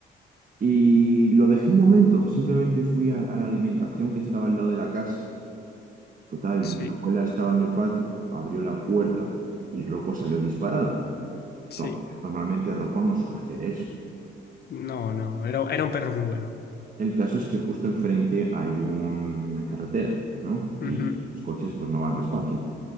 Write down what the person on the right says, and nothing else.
y lo dejé un momento. Simplemente fui a, a la alimentación que estaba al lado de la casa. Total,
mi abuela estaba en el patio, abrió la puerta y Rocco salió disparado.
to- Normalmente Rocón no suele hacer eso.
El caso es que justo enfrente hay una carretera, ¿no? Y
los coches pues no van despacio.